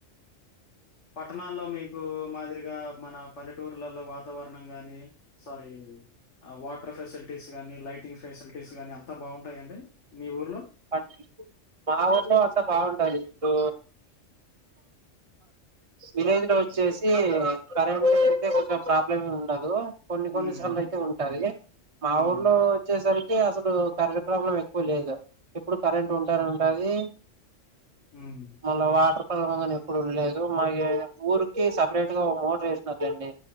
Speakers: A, on the left; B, on the right.
A: పట్టణాల్లో మీకు మాదిరిగా మన పల్లెటూర్లలో వాత్ తవరణం గాని స్వారి. ఆ వాటర్ ఫెసిలిటీస్ గానీ, లైటింగ్ ఫెసిలిటీస్ గానీ, అంతా బావుంటాయండి. మీ ఊర్లో
B: పాట్ మా ఊళ్ళో అంత బావుంటది. ఇప్పుడు విలేజ్ లో వచ్చేసి కరెంట్ పోతే కొంచెం ప్రాబ్లమేం ఉండదు. కొన్ని కొన్ని
A: ఉమ్
B: సార్లు అయితే ఉంటాది. మా
A: ఉమ్
B: ఊర్లో వచ్చేసరిక్ కీ అసలు కరెంట్ ప్రాబ్లం ఎక్కువ లేదు. ఎప్పుడు కరెంట్ ఉంటానే ఉంటది.
A: ఉహ్
B: మళ్ళా వాటర్ ప్రాల్నామ్ ఎప్పుడు ఉండలేదు. మాయి ఊరికి సపరేట్ గా ఓ మోటర్ ఏచనర్ లేండి.